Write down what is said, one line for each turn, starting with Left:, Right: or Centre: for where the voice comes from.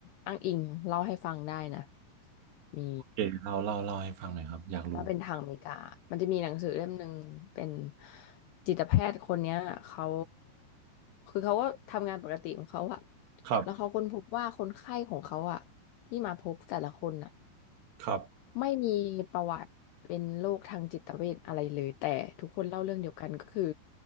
Left: อ้างอิงเล่าให้ฟังได้นะมี
Right: โอเคเล่าเล่าเล่าให้ฟังหน่อยครับอยากรู้
Left: ถ้าเป็นทางอเมริกามันจะมีหนังสือเล่มหนึ่งเป็นจิตแพทย์คนเนี้ยเขาคือเขาก็ทำงานปกติของเขาอะ
Right: ครับ
Left: แล้วเขาค้นพบว่าคนไข้ของเขาอะที่มาพบแต่ละคนอะ
Right: ครับ
Left: ไม่มีประวัติเป็นโรคทางจิตเวชอะไรเลยแต่ทุกคนเล่าเรื่องเดียวกันก็คือ